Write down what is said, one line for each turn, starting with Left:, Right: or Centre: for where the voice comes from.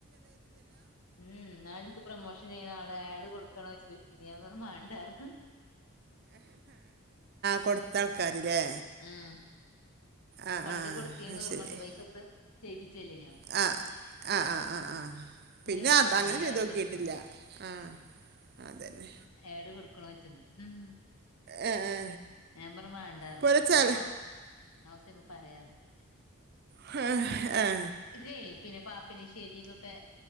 Left: ഉം ന്നാൾ എനിക്ക് പ്രൊമോഷൻ ചെയ്യുന്ന ആള് ആഡ് കൊടുക്കണോ <unintelligible> മണ്ടാര പറഞ്ഞു
Right: കൊടുത്ത ആൾക്കാരില്ലേ
Left: ഉം
Right: ആഹ്
Left: പണ്ട്
Right: ആഹ്
Left: കൊടുത്തീന്ന്
Right: അത്
Left: ഓർമ്മണ്ട്
Right: ശരി
Left: പൈസടുത്ത് ചെയ്യിപ്പിച്ചല്ലനാ
Right: ആ ആ ആ ആ പിന്നെ
Left: വിളിച്ചാണേ
Right: അ അങ്ങനെ ചെയ്ത്
Left: ആഡ്
Right: നോക്കിട്ടില്ല
Left: കൊടുക്കണോ
Right: ആ അതന്നെ
Left: ഏട് കൊടുക്കണ വെച്ചിണ്ട് ഉം
Right: ഏ, ഏ.
Left: ഞ പറഞ്ഞു മണ്ടാന്ന്
Right: പൊരച്ചാൽ
Left: ഞ ഹൗസി ആവുശ്യണ്ടാവുമ്പോൾ പറയാറഞ്ഞു
Right: ഹേ ഹായ്
Left: ഇതേ പിന്നെ പാപ്പിന ശെരിക്കൊക്കെ